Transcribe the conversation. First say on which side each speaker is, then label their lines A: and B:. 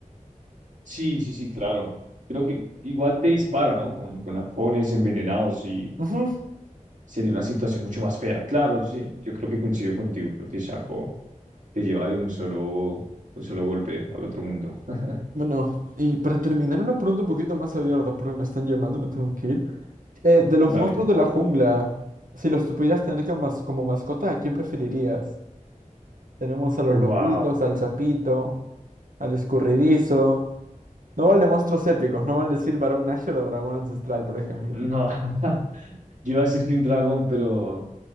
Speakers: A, on the right (about 70°); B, on the right (about 85°).
A: Sí, sí, sí, claro. Creo que igual te dispara, ¿no? Con, con arpones envenenados y
B: Ujú.
A: sería una situación mucho más fea. Claro, sí, yo creo que coincido contigo. Creo que Shaco te lleva de un solo, un solo golpe al otro mundo. <laughs>
B: Bueno, y para terminar, una pregunta un poquito más abierta, porque me están llamando, me tengo que ir. Eh, de los
A: Dale.
B: monstruos de la jungla, si los tuvieras tener como, mas- como mascota, ¿a quién preferirías? Tenemos a los
A: Wow.
B: lobitos, al sapito, al escurridizo. No vale monstruos épicos, no vale decir varón Nashor o dragón ancestral, por ejemplo.
A: No. <laughs> Yo iba a decir que un dragón, pero...